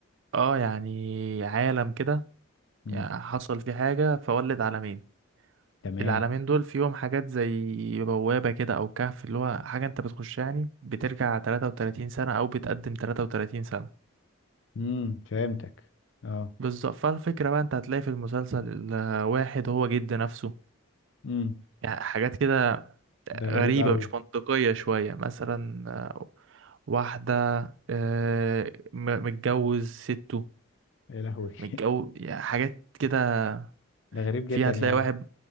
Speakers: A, on the right (about 65°); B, on the left (about 65°).
A: اه يعني عالم كده
B: امم
A: يعني حصل فيه حاجة فولد عالمين
B: تمام
A: العالمين دول فيهم حاجات زي بوابة كده أو كهف اللي هو حاجة أنت بتخش يعني بترجع 33 سنة أو بتقدم 33 سنة
B: امم فهمتك اه
A: بالظبط فالفكرة بقى أنت هتلاقي في المسلسل ال- واحد هو جد نفسه
B: امم
A: يعني حاجات كده
B: ده
A: غريبة
B: غريب قوي
A: مش منطقية شوية مثلا آه، واحدة آه، م- متجوز سته
B: يا لهوي
A: متجوز يعني حاجات كده
B: <laughs> ده غريب جدا
A: في هتلاقي
B: يا عم
A: واحد